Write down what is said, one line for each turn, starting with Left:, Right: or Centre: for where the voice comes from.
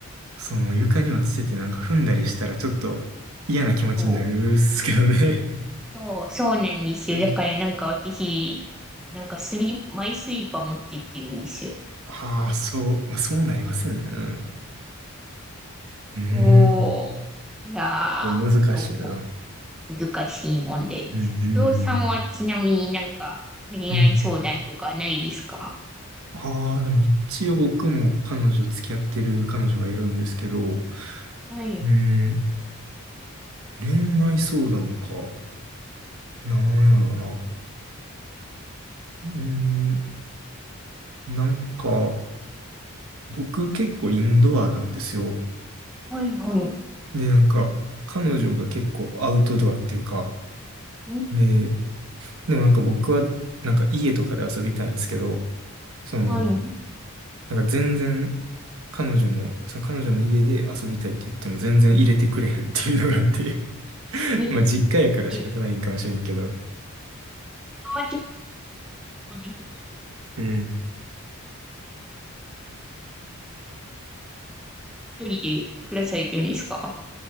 Right: その床に落ちててなんか踏んだりしたらちょっと嫌な気持ちになるっすけどね。
Centre: そう、そう、そうなんですよ。
Right: うん。
Centre: だからなんか私、なんかスリマイスリーパー持って行ってるんですよ。
Right: ああ、そう、まあ、そうなりますよね。うん。う
Centre: おー、いやー、
Right: ーん。難しいな。
Centre: どこ、難しい問題です。
Right: うんうんうん。
Centre: 不動さんはちなみになんか恋愛相談とかないですか
Right: うんああ、でも一応僕も彼女、付き合ってる彼女がいるんですけど、
Centre: はい、
Right: うーん、恋愛相談か。なんやろな。うーん、なんか、僕結構インドアなんですよ。
Centre: はい、はい。
Right: で、なんか、彼女が結構アウトドアっていうか、
Centre: ん
Right: で、でもなんか僕は、なんか家とかで遊びたいんですけど、その、
Centre: はい。
Right: なんか全然彼女の、その彼女の家で遊びたいって言っても全然入れてくれへんっていうのがあって <laughs>
Centre: に、
Right: まあ実家やから仕方ないんかもしれんけど。
Centre: え、今はちょっとですね、
Right: うん。
Centre: 一人で暮らされてるんですか